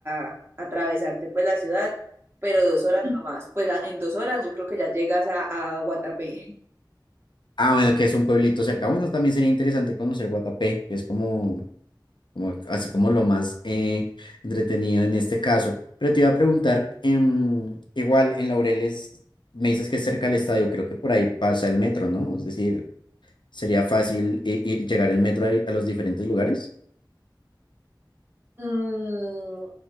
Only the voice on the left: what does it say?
Ah, bueno, que es un pueblito cerca. Bueno, también sería interesante conocer Guatapé, que es como, como así como lo más eh, entretenido en este caso. Pero te iba a preguntar, em, igual en Laureles me dices que es cerca del estadio, creo que por ahí pasa el metro, ¿no? Es decir, sería fácil i- ir- llegar el metro a, a los diferentes lugares.